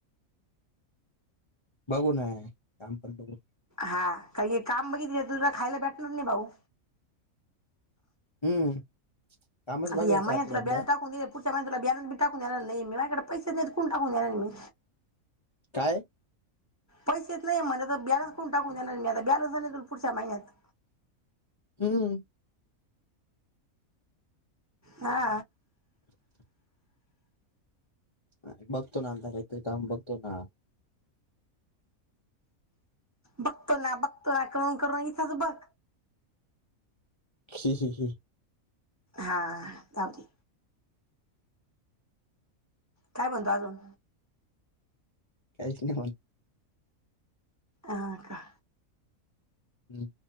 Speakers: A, on the left (about 45°); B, on the right (about 20°).
A: बघू ना काम पण बघू
B: हा काय हे काम बघितल तुला खायला भेटणार नाही भाऊ
A: हम्म कामच
B: आता
A: बघायचं
B: या महिन्यात तुला
A: सध्या
B: बॅलन्स टाकून दिलय पुढच्या महिन्यात तुला बॅलन्स बी टाकून देणार नाइये मी माया कड पैसे मिळालत कोण टाकून देणार मी
A: काय?
B: पैसेच नाइये तर मझ्या तर बॅलन्स कोण टाकून देणार मी आता बॅलन्स नाही तुला पुढच्या महिन्यात
A: हुं
B: हा
A: <inaudible> अरे बघतो ना आता काहीतरी काम बघतो ना
B: बघतो ना बघतो ना करून करून इथंच बघ
A: ही ही ही
B: हा लाव की काय म्हणतो अजून
A: काहीच नाय म्हन
B: अ का
A: हं